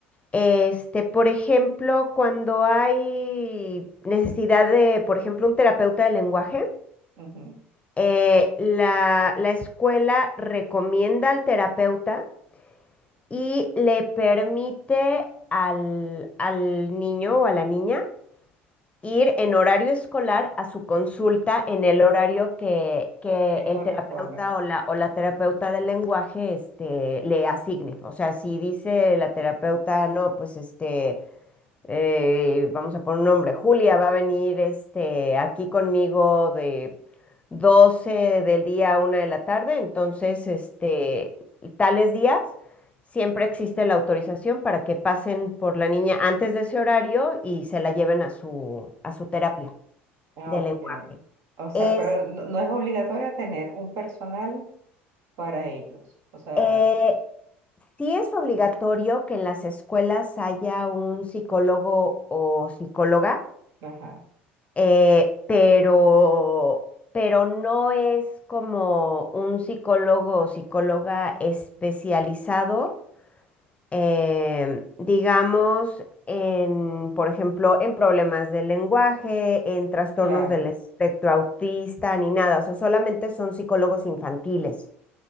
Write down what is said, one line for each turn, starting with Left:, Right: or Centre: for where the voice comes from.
Left: Este, por ejemplo, cuando hay necesidad de, por ejemplo, un terapeuta de lenguaje,
Right: Ujú.
Left: eh, la, la escuela recomienda al terapeuta y le permite al, al niño o a la niña ir en horario escolar a su consulta en el horario que, que
Right: ¿Qué
Left: el
Right: corresponde?
Left: terapeuta o la, o la terapeuta del lenguaje este, le asigne. O sea, si dice la terapeuta, no, pues este eh, vamos a poner un nombre, Julia va a venir este, aquí conmigo de 12 del día a una de la tarde, entonces este, tales días siempre existe la autorización para que pasen por la niña antes de ese horario y se la lleven a su, a su terapia
Right: Ah,
Left: de
Right: ok.
Left: lenguaje.
Right: O sea,
Left: Es,
Right: pero no, no es obligatorio tener un personal para ellos. O sea,
Left: eh, sí es obligatorio que en las escuelas haya un psicólogo o psicóloga
Right: Ajá,
Left: eh, pero, pero no es como un psicólogo o psicóloga especializado, em, digamos, en, por ejemplo, en problemas del lenguaje, en trastornos
Right: claro,
Left: del espectro autista, ni nada, o sea, solamente son psicólogos infantiles.